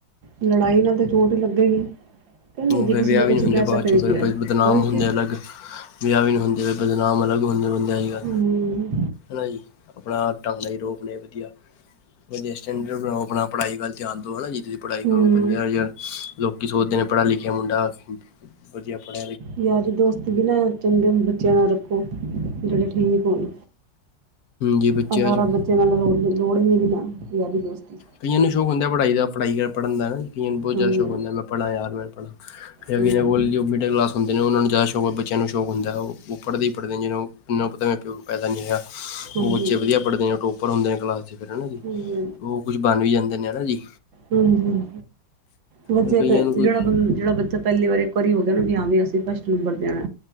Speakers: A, on the right; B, on the left.
A: ਲੜਾਈ ਨਾਲ ਤੇ ਚੋਟ ਹੀ ਲੱਗੇਗੀ ਕਹਿੰ ਨਹੀਂ ਜੇ
B: ਫਿਰ
A: ਕਿਸੇ
B: ਵਿਆਹ
A: ਨੇ ਕੁਛ
B: ਵੀ ਨਹੀਂ ਹੁੰਦੇ
A: ਕਹਿ ਤਾ
B: ਬਾਅਦ'ਚੋਂ ਫਿਰ
A: ਕੀ ਆ
B: ਬਦਨਾਮ
A: ਉਹੀ
B: ਹੁੰਦੇ
A: ਤੇ
B: ਅਲੱਗ ਵਿਆਵ ਨਹੀਂ ਹੁੰਦੇ ਹੋ, ਬਦਨਾਮ ਅਲੱਗ ਹੁੰਦੇ ਹੁੰਦੇ ਅਜ ਕਲ
A: ਹੂੰ
B: ਹਨਾ ਜੀ, ਆਪਣਾ ਢੰਗ ਨਾਲ ਰੋਬ ਣੇ ਵਧੀਆ ਸਟੈਂਡਡ ਬਣਾਓ ਆਪਣਾ ਪੜਾਈ ਵੱਲ ਧਿਆਨ ਦਓ ਹੈਨਾ ਜਿ ਪੜ੍ਹਾਈ
A: ਹੂੰ
B: ਕਰੋ, ਪੰਜਾਹ ਹਜ਼ਾਰ ਲੋਕੀ ਸੋਚਦੇ ਨੇ ਪੜ੍ਹਾ ਲਿਖਿਆ ਮੁੰਡਾ ਵਧੀਆ, ਪੜ
A: ਯਾਰੀ ਦੋਸਤੀ ਵੀ ਨਾ ਚੰਗੇ ਬੱਚਿਆਂ ਨਾਲ ਰੱਖੋ ਜਿਹੜੇ ਠੀਕ ਹੋਣ,
B: ਜੀ ਬੱਚਿਆਂ
A: ਅਵਾਰਾ
B: 'ਚ
A: ਬੱਚੇ ਨਾਲ ਲੋੜ ਨੀ ਲੋੜ ਨੀ ਬਣਾਨ ਦੀ ਯਾਰੀ ਦੋਸਤੀ
B: ਕਈਆਂ ਨੂੰ ਸ਼ੌਕ ਹੁੰਦਾ ਪੜ੍ਹਾਈ ਦਾ, ਪੜ੍ਹਾਈ ਪੜ੍ਹਣ ਦਾ ਨਾ ਕਈਆਂ ਨੂੰ ਬਹੁਤ
A: ਹਾਂਜੀ
B: ਜ਼ਿਆਦਾ ਸ਼ੌਕੁ ਹੁੰਦਾ ਮੈਂ ਪੜਾਂ ਯਾਰ ਇਹੋ
A: ਹਾਂਜੀ
B: ਮੀਡੇ ਕਲਾਸ <inaudible> ਹੁੰਦੇ ਨੇ ਉਹਨਾਂ ਨੂੰ ਜ਼ਿਆਦਾ ਸ਼ੌਂਕ ਹੈ ਬੱਚਿਆਂ ਨੂੰ ਸ਼ੌਕ ਹੁੰਦਾ ਉਹ ਪੜ੍ਹਦੇ ਹੀ ਪੜ੍ਹਦੇ ਜਿਨੂੰ ਉਹਨਾਂ ਨੂੰ ਪਤਾ ਮੇਰੇ ਪੳ ਪੈਸਾ ਨੀ ਹੈਗਾ।
A: ਹਾਂਜੀ ਹਾਂਜੀ
B: ਉਹ ਬੱਚੇ ਵਧੀਆ ਪੜ੍ਹਦੇ ਨੇ ਉਹ ਟੋਪਰ ਹੁੰਦੇ ਨੇ ਕਲਾਸ ਚ ਫਿਰ ਹੈਨਾ ਜੀ।
A: ਹਾਂਜੀ ਹਾਂਜੀ
B: ਉਹ ਕੁਛ ਬਣ ਵੀ ਜਾਂਦੇ ਨੇ ਹੈਨਾ ਜੀ।
A: ਹਮ ਬੱਚੇ
B: ਹੁਣ ਕਈਆਂ
A: ਇੱਕ
B: ਨੂੰ ਕੋਈ
A: ਜਿਹੜਾ ਬੰ ਜਿਹੜਾ ਬੱਚਾ ਪਹਿਲੀ ਵਾਰੀ ਪਰੀ ਹੋ ਗਿਆ ਨਾ ਵੀ ਹਾਂ ਵੀ ਅਸੀਂ ਫਸਟ ਨੰਬਰ ਤੇ ਆਨਾ